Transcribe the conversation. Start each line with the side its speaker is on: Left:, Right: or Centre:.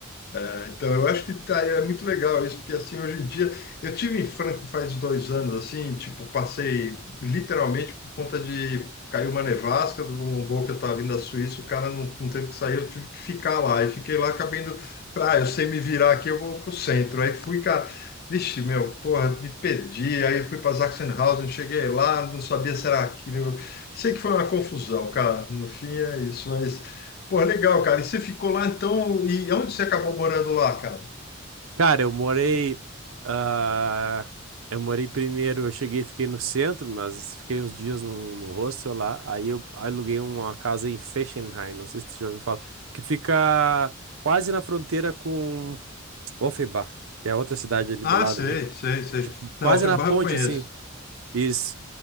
Left: É, então, eu acho que tá, é muito legal isso, porque assim, hoje em dia, eu tive em Franca faz dois anos, assim, tipo, passei literalmente por conta de caiu uma nevasca de um voo que eu estava vindo da Suíça, o cara não, não teve que sair, eu tive que ficar lá, e fiquei lá, acabei indo, falei, ah, eu sei me virar aqui, eu vou pro centro, aí fui, cara, vixe, meu, porra, me perdi, aí fui para Sachsenhausen, cheguei lá, não sabia se era aquilo, sei que foi uma confusão, cara, no fim é isso, mas... Pô, legal, cara. E você ficou lá então, e onde você acabou morando lá, cara?
Right: Cara, eu morei. ah, eu morei primeiro, eu cheguei, e fiquei no centro, mas fiquei uns dias num, num hostel lá. Aí eu aluguei uma casa em Fessenheim, não sei se você já ouviu falar, que fica quase na fronteira com Offenbach, que é outra cidade ali
Left: Ah,
Right: do lado,
Left: sei,
Right: né?
Left: sei, sei.
Right: Quase
Left: Não, Offenbach
Right: na ponte,
Left: eu conheço.
Right: assim. Isso.